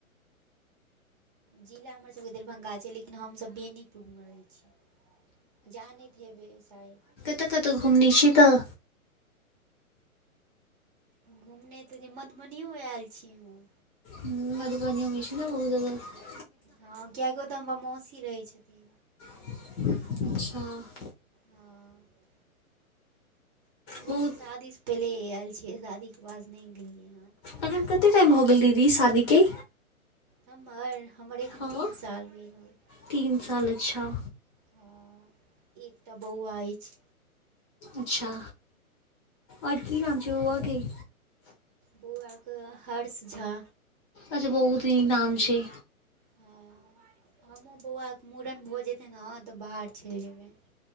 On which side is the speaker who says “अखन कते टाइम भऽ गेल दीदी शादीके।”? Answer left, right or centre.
Left